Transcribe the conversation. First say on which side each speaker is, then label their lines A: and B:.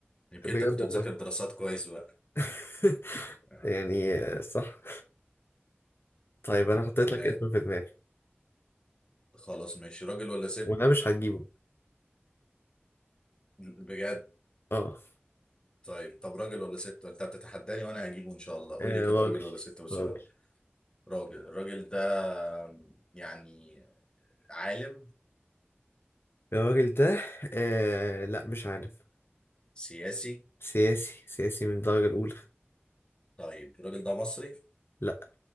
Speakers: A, on the left (about 20°); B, on the left (about 65°).
A: يمكن
B: بجد
A: انت كنت
B: والله
A: بتذاكر دراسات كويس بقى
B: <laughs>
A: آه.
B: يعني آه، صح طيب أنا حطيت
A: تمام
B: لك اسم في دماغي
A: خلاص ماشي راجل ولا ست
B: وأنا مش هتجيبه
A: بجد
B: اه
A: طيب طب راجل ولا ست انت بتتحداني وانا هجيبه ان شاء الله قول
B: آه،
A: لي كده
B: راجل
A: راجل ولا ست بس
B: راجل
A: الاول راجل الراجل ده آم، يعني عالم
B: الراجل ده آه، لا مش عارف
A: سياسي
B: سياسي سياسي من الدرجة الأولى
A: طيب الراجل ده مصري
B: لا